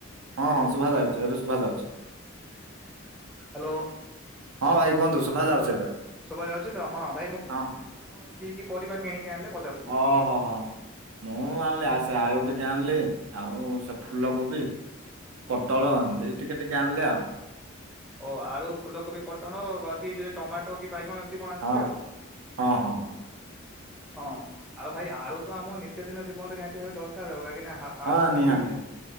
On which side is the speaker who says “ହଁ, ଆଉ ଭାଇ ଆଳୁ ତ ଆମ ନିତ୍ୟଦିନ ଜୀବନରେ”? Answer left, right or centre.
Centre